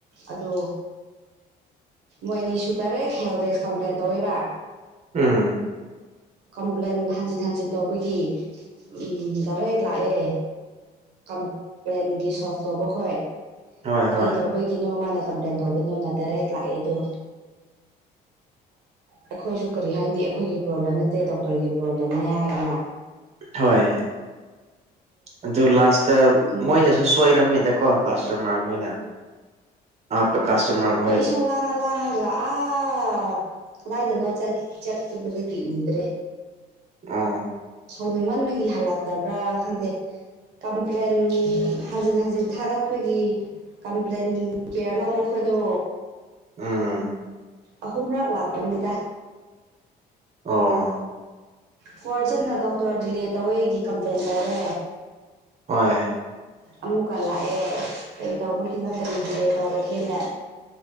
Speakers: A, on the right (about 80°); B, on the right (about 40°).
A: ꯑꯗꯣ ꯃꯣꯏꯅꯤꯁꯨ ꯗꯥꯏꯔꯦꯛ ꯍꯦꯜꯗꯦꯛꯁ ꯀꯝꯄ꯭ꯂꯦꯟ ꯇꯧꯋꯦꯕ
B: ꯎꯝ
A: ꯀꯝꯄ꯭ꯂꯦꯟ ꯍꯟꯖꯤꯟ ꯍꯟꯖꯤꯟ ꯇꯧꯕꯒꯤ ꯎꯝ ꯗꯥꯏꯔꯦꯛ ꯂꯥꯛꯑꯦ ꯀꯝꯄ꯭ꯂꯦꯟꯒꯤ ꯁꯣꯐ ꯇꯧꯕ ꯈꯣꯏ
B: ꯍꯣꯏ
A: ꯀꯔꯤ
B: ꯍꯣꯏ
A: ꯇꯧꯕꯩ ꯒꯤꯅꯣ ꯃꯥꯅ ꯀꯝꯄ꯭ꯂꯦꯟ ꯇꯧꯕꯅꯣꯅ ꯗꯥꯏꯔꯦꯛ ꯂꯥꯛꯑꯦ ꯑꯗꯣ ꯑꯩꯈꯣꯏꯁꯨ ꯀꯔꯤ ꯍꯥꯏꯅꯤ ꯑꯩꯈꯣꯏꯒꯤ ꯄ꯭ꯔꯣꯕ꯭ꯂꯦꯝ ꯅꯠꯇꯦ ꯗꯣꯛꯇꯔꯒꯤ ꯄ꯭ꯔꯣꯕ꯭ꯂꯦꯝꯅꯦ ꯍꯥꯏꯗꯅ
B: ꯍꯣꯏ ꯑꯗꯨ ꯂꯥꯁꯇ
A: ꯎꯝ
B: ꯃꯣꯏꯅꯁꯨ ꯁꯣꯏꯔꯝꯃꯦꯗ ꯀꯣ ꯀ꯭ꯔꯁꯇꯝꯃꯔ ꯈꯣꯏꯅ <unintelligible>
A: ꯑꯩꯏꯁꯨ ꯋꯥꯅ ꯂꯥꯡꯉ ꯂꯥꯡꯉ ꯂꯥ ꯑꯥ ꯀꯥꯗꯥꯏꯗꯅꯣ ꯆꯠ ꯆꯠꯄꯗꯒꯤ ꯎꯗ꯭ꯔꯦ
B: ꯑꯥ
A: ꯁꯥꯎꯅꯤꯡꯃꯟꯕꯒꯤ ꯍꯜꯂꯛꯇꯕ꯭ꯔꯥ ꯈꯪꯗꯦ ꯀꯝꯄ꯭ꯂꯦꯟ ꯍꯟꯖꯤꯟ ꯍꯟꯖꯤꯟ ꯊꯥꯔꯛꯄꯒꯤ ꯀꯝꯄ꯭ꯂꯦꯟ <unintelligible> ꯑꯗꯣ
B: ꯎꯝ
A: ꯑꯍꯨꯝꯔꯛ ꯂꯥꯛꯄꯅꯤꯗ
B: ꯑꯣ
A: ꯐꯥꯔꯁꯇꯅ ꯗꯣꯛꯇꯔ ꯗꯤꯜꯂꯦ ꯇꯧꯋꯦꯒꯤ ꯀꯝꯄ꯭ꯂꯦꯟ ꯇꯧꯔꯦ
B: ꯍꯣꯏ
A: ꯑꯃꯨꯛꯀ ꯂꯥꯛꯑꯦ ꯀꯔꯤ ꯇꯧꯕꯒꯤꯅꯣ ꯀꯔꯤ ꯗꯤꯂꯦ ꯇꯧꯔꯒꯦꯅ